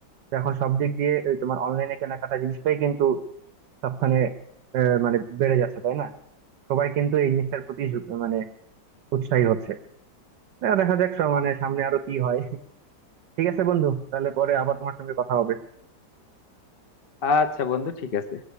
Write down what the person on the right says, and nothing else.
তো এখন সব দিক দিয়ে এই তোমার অনলাইনে কেনাকাটা জিনিসটাই কিন্তু সবখানে আহ, মানে বেড়ে যাচ্ছে তাই না সবাই কিন্তু এই জিনিসটার প্রতি ঝুঁক- মানে উৎসাহী হচ্ছে দেখা দেখা যাক স- মানে সামনে আরো কি হয় ঠিক আছে বন্ধু তাহলে পরে আবার তোমার সঙ্গে কথা হবে